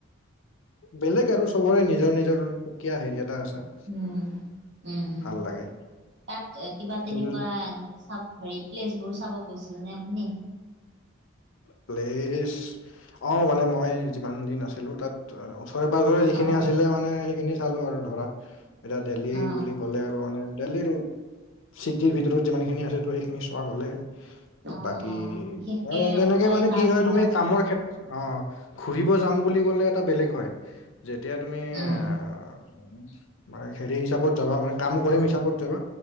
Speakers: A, on the left; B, on the right.
A: বেলেগ আৰু চবৰে নিজৰ নিজৰ সুকীয়া হেৰি এটা আছে।
B: উম, উম, উম
A: ভাল লাগে
B: তাত কিবা তেনেকুৱা
A: কিন্তু
B: এনেকুৱা চাব হেৰি প্লেচ বোৰ চাব গৈছিল নে আপুনি?
A: প্লেচ অ', মানে মই যিমান দিন আছিলোঁ তাত। ওজৰে পাজৰে যিখিনি
B: অ
A: আছিলে মানে সেইখিনি চালোঁ আৰু ধৰা এতিয়া দেল্হি
B: অ
A: বুলি। গ'লে আৰু মানে দেললিৰ চিটিৰ ভিতৰত যিমান খিনি আছেো সেইখিনি চোৱা গ'লে।
B: অ
A: বাকী,
B: অ বিশেষকে
A: অ' তেনেকে
B: আপোনাৰ
A: মানে
B: এই তাজমহলটো
A: কি হয় তুমি কামৰ ক্ষেত্ৰ অ' ঘুৰিব যাম বুলি ক'লে এটা বেলেগ হয়। যেতিয়া তুমি
B: উম
A: আহ মানে হেৰি হিচাপত যাবা মানে কাম কৰিম হিচাপত যাবা,